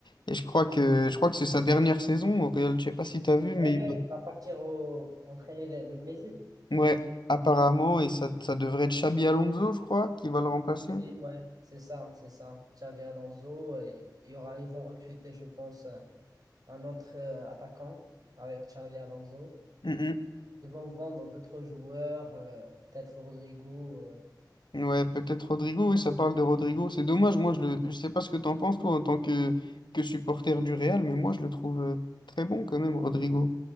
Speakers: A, on the left (about 85°); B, on the right (about 55°).
A: Et je crois que, je crois que c'est sa dernière saison au Real. Je sais pas si tu as vu, mais
B: Il va partir au- entraîner le, le Brésil.
A: euh, ouais, apparemment, et ça, ça devrait être Xabi Alonso, je crois, qui va le remplacer.
B: Xavi, ouais, c'est ça, c'est ça. Xavi Alonso, euh, il y aura, ils vont recruter, je pense, euh, un autre euh, attaquant avec Xavi Alonso.
A: Mm, mm.
B: Ils vont vendre d'autres joueurs, euh, peut-être Rodrigo. euh.
A: Ouais, peut-être Rodrigo, oui, ça parle de Rodrigo. C'est dommage, moi je le je sais pas ce que t'en penses toi en tant que, que supporter du Real, mais moi je le trouve euh, très bon quand même, Rodrigo.